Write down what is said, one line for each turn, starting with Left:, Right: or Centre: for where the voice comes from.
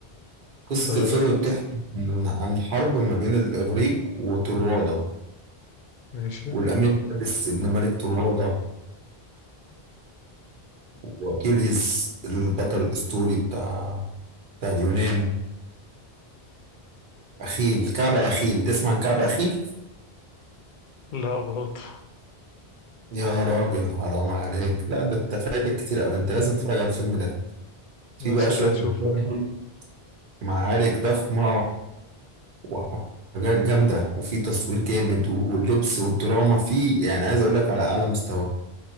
Right: قصة
Left: الدرجة
Right: الفيلم
Left: دي
Right: بتحكي عن عن حرب ما بين الإغريق وطروادة
Left: ماشي
Right: والأمير فارس ابن ملك طروادة وأكيليز البطل الأسطوري بتاع بتاع اليونان أخيل كعب أخيل تسمع عن كعب أخيل؟
Left: لا برضه
Right: يا راجل حرام عليك لا ده أنت فايتك كتير أوي أنت لازم تتفرج على الفيلم ده في
Left: أنا
Right: بقى
Left: شكلي
Right: شوية
Left: أشوفه
Right: مشاهد،
Left: كده
Right: معارك ضخمة وحاجات جامدة وفي تصوير جامد واللبس والدراما فيه يعني عايز أقول لك على أعلى مستوى